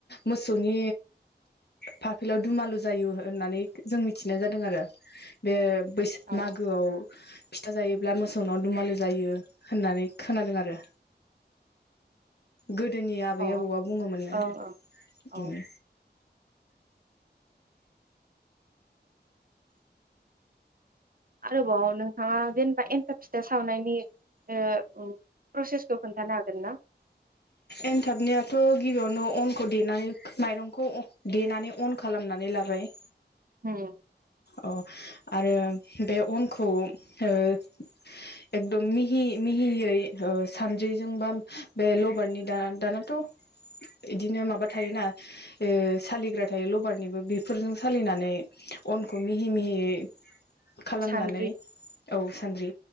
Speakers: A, on the left (about 65°); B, on the right (about 55°).
A: मोसौनि फाफ्लियाव दुमालु जायो होननानै जों मिथिनाय जादों आरो बे बैसाग
B: औ
A: मागोआव फिथा जायोब्ला मोसौनाव दुमालु जायो होननानै खोनादों आरो। गोदोनि आबै
B: औ
A: आबौआ बुङोमोननो
B: ओं ओं औ
A: उम।
B: आरोबाव नोंथाङा जेनेबा एन्थाब फिथा सावनायनि ओ। प्रसेसखौ खोन्थानो हागोन ना
A: एन्थाबनियाथ' गिबियावनो अन खौ देनानै माइरंखौ देनानै अन खालामनानै लाबाय।
B: उम।
A: अ आरो बे अनखौ एकदम मिहि मिहियै सानद्रिजों बा बे लबारनि दा दानाथ' बिदिनो माबा थायोना सालिग्रा थायो लबारनिबो बेफोरजों सालिनानै। उनखौ मिहि मिहियै खालामनानै
B: सान्द्रि
A: औ सानद्रि